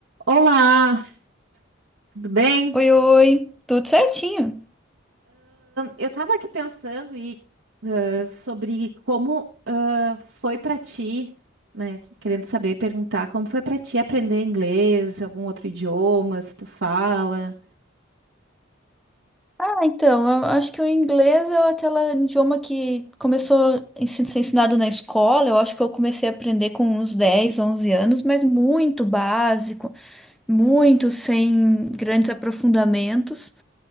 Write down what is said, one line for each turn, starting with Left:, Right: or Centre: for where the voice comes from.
Right: Olá, tudo bem?
Centre: Oi, oi, tudo certinho?
Right: Eu estava aqui pensando e, eh, sobre como ah, foi para ti, né? Querendo saber e perguntar como foi para ti aprender inglês, algum outro idioma, se tu fala.
Centre: Ah, então, eu acho que o inglês é aquele idioma que começou a se- ser ensinado na escola. Eu acho que eu comecei a aprender com uns 10, 11 anos, mas muito básico, muito sem grandes aprofundamentos.